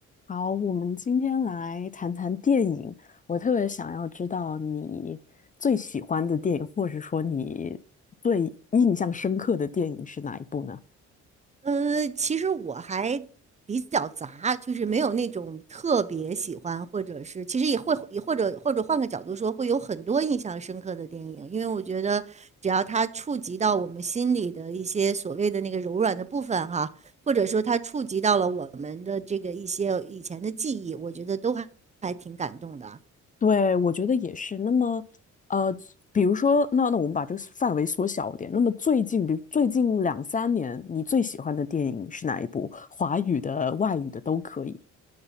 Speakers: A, on the left; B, on the right.
A: 好，我们今天来谈谈电影。我特别想要知道你最喜欢的电影，或者说你最印象深刻的电影是哪一部呢？
B: 呃，其实我还比较杂，就是没有那种特别喜欢，或者是其实也会也或者或者换个角度说，会有很多印象深刻的电影，因为我觉得只要它触及到我们心里的一些所谓的那个柔软的部分哈，或者说它触及到了我们的这个一些以前的记忆，我觉得都还还挺感动的。
A: 对，我觉得也是。那么，呃，比如说，那那我们把这个范围缩小一点。那么最近，比如最近两三年，你最喜欢的电影是哪一部？华语的、外语的都可以。